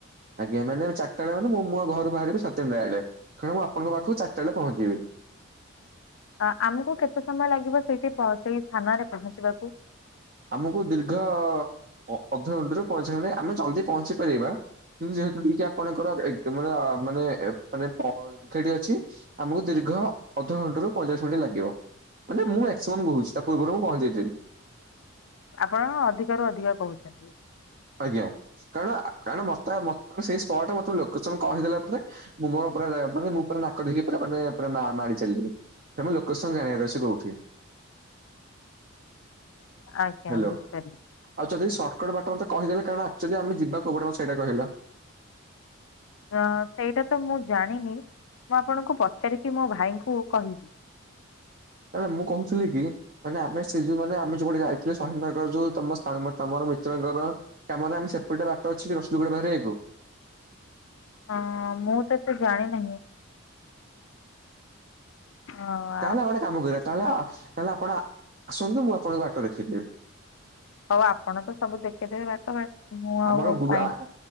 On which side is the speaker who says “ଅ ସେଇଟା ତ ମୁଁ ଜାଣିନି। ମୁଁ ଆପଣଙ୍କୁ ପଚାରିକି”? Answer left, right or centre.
Left